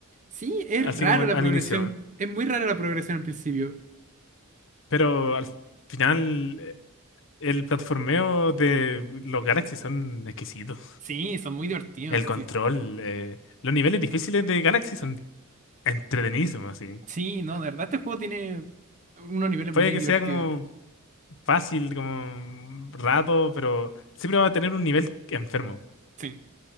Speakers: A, on the right (about 35°); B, on the left (about 60°).
A: Sí, es
B: así
A: raro
B: como al,
A: la
B: al
A: progresión.
B: inicio.
A: Es muy rara la progresión al principio.
B: Pero al final, eh, el platformeo de los Galaxy son exquisitos.
A: Sí, son muy divertidos.
B: El control,
A: Sí,
B: eh, los niveles difíciles de Galaxy son entretenidísimos, así.
A: sí, no, de verdad este juego tiene unos niveles
B: Puede
A: muy
B: que
A: divertidos.
B: sea como fácil, como rato, pero siempre va a tener un nivel enfermo.
A: Sí.